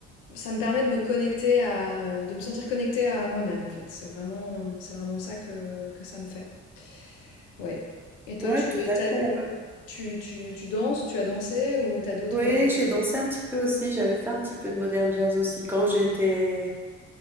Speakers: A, on the left; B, in the centre.
A: ça me permet de me connecter à, de me sentir connectée à moi-même en fait. C'est vraiment, c'est vraiment ça que que ça me fait. Ouais. Et toi,
B: Ouais,
A: tu,
B: tout à
A: t'as-
B: fait, ouais.
A: tu, tu, tu danses ou tu as dansé ou t'as d'autres,
B: Oui,
A: d'autres
B: j'ai dansé
A: hobbies?
B: un petit peu aussi, j'avais fait un petit peu de modern jazz aussi quand j'étais...